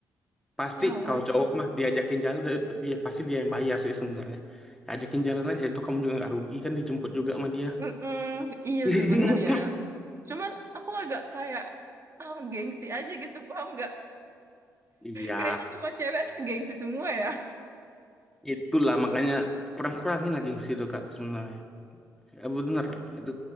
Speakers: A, in the centre; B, on the right (about 40°).
A: Pasti
B: Ah,
A: kalau cowok mah diajakin jalan dia dia- pasti dia yang bayar sih sebenarnya. Ajakin jalan aja itu kamu juga nggak rugi kan dijemput juga sama dia.
B: mm-mm. Iya
A: <laughs>
B: sih bener ya. Cuman aku agak kayak ah, gengsi aja gitu, paham nggak?
A: Iya,
B: Kayaknya semua cewek itu gengsi semua ya.
A: itulah makanya kurang-kurangin lagi yang situ Kak sebenarnya. Eh, bener
B: Aku,
A: itu